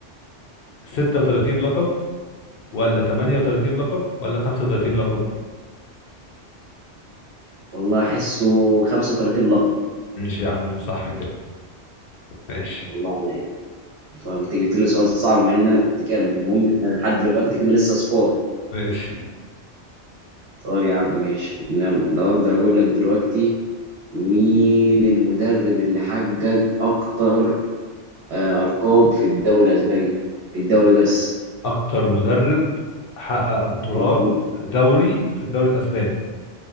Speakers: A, on the left; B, on the right.
A: 36 لقب ولا 38 لقب ولا 35 لقب
B: والله احسه 35 لقب
A: ماشي يا عم صح كده ماشي
B: والله عليك طب انت جبت لي سؤال صعب مع ان انا كنت كارمك المهم احنا لحد دلوقتي كده لسه صفار
A: ماشي
B: طب يا عم ماشي انا لو اقدر اقول لك دلوقتي مين المدرب اللي حقق اكتر آه، القاب في الدوري الاسباني في الدوري بس
A: اكتر مدرب حقق بطولات
B: اه حقق
A: دوري في الدوري الاسباني